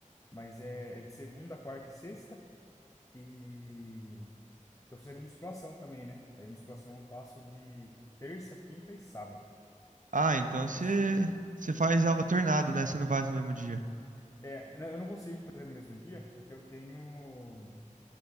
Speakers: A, on the left; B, on the right.
A: mas é, é de segunda, quarta e sexta. E Tô fazendo musculação também, né? Aí a musculação eu faço de terça, quinta e sábado.
B: Ah, então
A: Mas
B: você você faz alternado, né? Você não faz no mesmo dia.
A: é, n- eu não consigo fazer no mesmo dia porque eu tenho